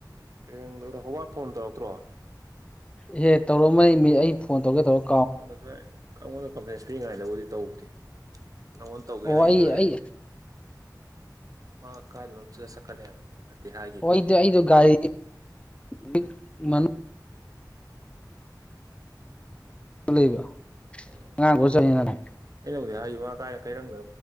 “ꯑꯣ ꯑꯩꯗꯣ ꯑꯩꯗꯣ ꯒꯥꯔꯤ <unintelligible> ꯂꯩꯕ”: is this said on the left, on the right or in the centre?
Left